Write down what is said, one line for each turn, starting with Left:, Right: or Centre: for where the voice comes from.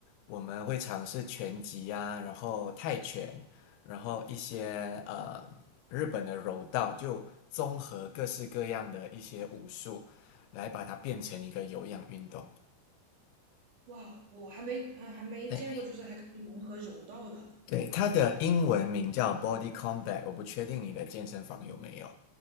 Left: 我们会尝试拳击啊，然后泰拳，然后一些呃日本的柔道，就综合各式各样的一些武术，来把它变成一个有氧运动。
Right: 哇，我还没呃还没见过，
Left: 对，
Right: 就是还可以融合柔道的。
Left: 对，它的英文名叫 Body Combat，我不确定你的健身房有没有。